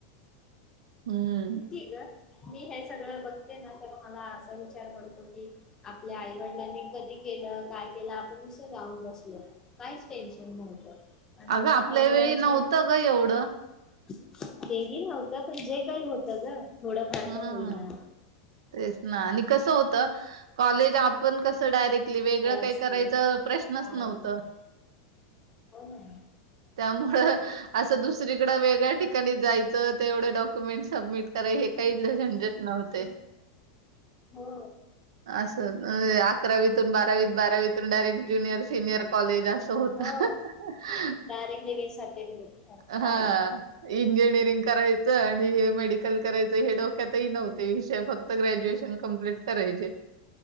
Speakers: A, on the right; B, on the left.
A: हम्म
B: किती आहे ग मी हेच. सगळ बघते ना तर मला असा विचार पडतो की, आपल्या आईवडिलांनी कधी केलं काय केलं आपण असं जाऊन बसलो काहीच टेन्शन नव्हतं. आणि आता
A: अगं आपल्या
B: हा मुलांच्या
A: वेळी नव्हतं ग एवढं.
B: <inaudible> तेही नव्हतं पण जे काही होतं ग. थोडं फार
A: हम्म
B: का होईना.
A: तेच ना आणि कसं होत कॉलेज आपण कसं डायरेक्ट. वेगळं
B: फळ
A: काही
B: असते
A: करायच प्रश्नच
B: काय
A: नव्हत
B: असते हो ना
A: त्यामुळ असं दुसरीकडे वेगळ्या ठिकाणी जाय तर तेवढे डॉक्युमेंट सबमिट कराय. काही ल झंझट नव्हते.
B: हो
A: असं अकरावीतून बारावीत बारावीतून डायरेक्ट ज्युनियर सिनियर कॉलेज अस असं होतं
B: हो
A: हा हा
B: डायरेक्टली वे सर्टिफिकेट घ्या
A: हा
B: बाहेर
A: हा
B: पडा
A: असे इंजिंग. करायचं आणि मेडिकल करायचं हे डोक्यात नव्हते विषय फक्त ग्रॅज्युएशन कंप्लीट करायचे